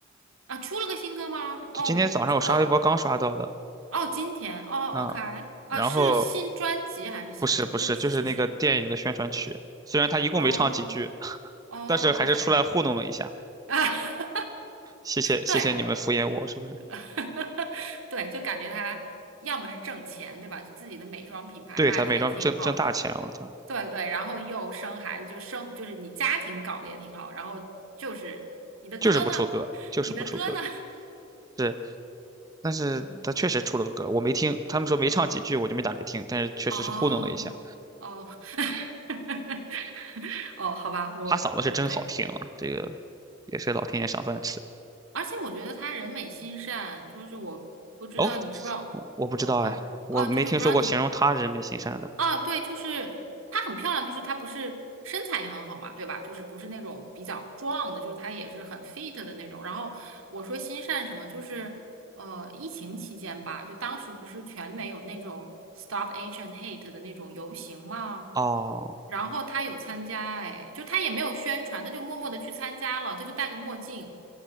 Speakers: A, on the right; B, on the right.
A: 啊，出了个新歌吗？
B: 就今天早上我刷微博刚刷到的。
A: 哦，我我不知道。哦，今天哦，OK，
B: 嗯，
A: 啊，
B: 然后
A: 是新专辑还是新歌？
B: 不是不是，
A: 就只只是
B: 就是那个电影的宣传曲，虽然他一共没唱几句，
A: 哦哦，OK
B: 但是还是出来糊弄了一下。
A: 啊，<laughs>
B: 谢谢谢谢你们敷衍我，
A: 对
B: 是不是？
A: <laughs> 对，就感觉他要么是挣钱，对吧？自己的美妆品牌卖的还挺好的，
B: 对，他美妆挣挣大钱了，他
A: 对对，然后又生孩子，就生就是你家庭搞得也挺好，然后就是你的歌呢，
B: 就是不出歌，就是不出歌。
A: <laughs> 你的歌呢，
B: 是，但是他确实出了个歌，
A: <laughs> 嗯，
B: 我没听，他们说没唱几句，我就没打开听，但是确实是糊弄了一下。
A: 哦哦。<laughs> 哦，好吧，我我对，
B: 他嗓子是真好听啊，这个也是老天爷赏饭吃。
A: 而且我觉得她人美心善，就是我不知道你知不知道，
B: 哦，我不知道哎，
A: 嗯嗯哦，
B: 我没听说过形容他人美心善的。
A: 就是我不知道你哦，对，就是她很漂亮，就是她不是身材也很好嘛，对吧？就是不是那种比较壮的，就是她也是很 fit 的那种。然后我说心善什么，就是呃，疫情期间吧，就当时不是全美有那种 Stop Age and Hate 的那种游行吗？
B: 哦
A: 然后他有参加，哎，就他也没有宣传，他就默默的去参加了，他就戴个墨镜，